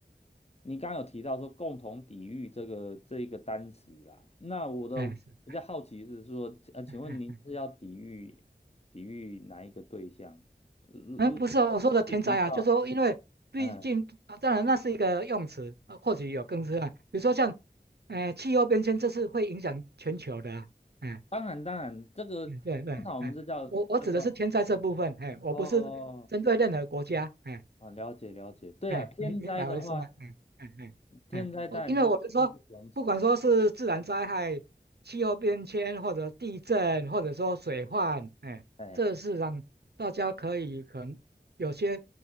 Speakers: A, on the left; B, on the right.
A: 你刚刚有提到说共同抵御这个这一个单词啦，那我的比较好奇是说，
B: 哎是，
A: 呃，请问您是要抵御抵御哪一个对象？
B: 哎哎，哎
A: 如如果进行到
B: 哎不是哦，我说的天灾啊，就说因为毕竟啊，
A: 嗯。
B: 当然那是一个用词，啊或许有更深啊，比如说像，哎、气候变迁这是会影响全球的啊，哎，
A: 当然，当然，这个通常我们这叫叫做
B: 嗯对对，哎，我我指的是天灾这部分，哎，我不是针对任何国家，
A: 哦，
B: 哎。
A: 啊，了解了解，对啊，
B: 哎，
A: 天灾的话，
B: 你明白我的意思吗？哎哎哎哎，
A: 天灾当然就义不容辞，
B: 我因为我是说，不管说是自然灾害、气候变迁，或者地震，或者说水患，哎，
A: 哎，
B: 这是让大家可以可能有些